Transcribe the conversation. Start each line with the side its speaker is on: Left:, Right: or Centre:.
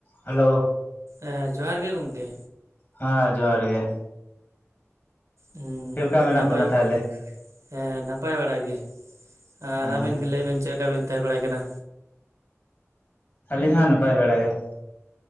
Left: Hello.
Right: ᱮᱸ ᱡᱚᱦᱟᱨ ᱜᱮ ᱜᱚᱢᱠᱮ᱾
Left: ᱦᱮᱸ ᱡᱚᱦᱟᱨ ᱜᱮ᱾
Right: ᱦᱩᱸ
Left: ᱪᱮᱫ ᱞᱮᱠᱟ ᱢᱮᱱᱟᱜ
Right: ᱱᱟᱯᱟᱭ
Left: ᱵᱚᱱᱟ
Right: ᱪᱮᱟᱠᱟ
Left: ᱛᱟᱦᱚᱞᱮ
Right: ᱢᱮᱱᱟᱜ ᱵᱤᱱᱟ ᱛᱟᱦᱚᱞᱮ? ᱮᱸ ᱱᱟᱯᱟᱭ ᱵᱟᱲᱟ ᱜᱮ, ᱟᱨ
Left: ᱦᱮᱸ
Right: ᱟᱵᱮᱱ ᱜᱮ ᱞᱟᱹᱭ ᱵᱮᱱ ᱪᱮᱫ ᱞᱮᱠᱟ ᱵᱮᱱ ᱛᱟᱦᱮᱸ ᱵᱟᱲᱟᱭ ᱠᱟᱱᱟ?
Left: ᱟᱹᱞᱤᱧ ᱦᱚᱸ ᱱᱟᱯᱟᱭ ᱵᱟᱲᱟ ᱜᱮ ᱾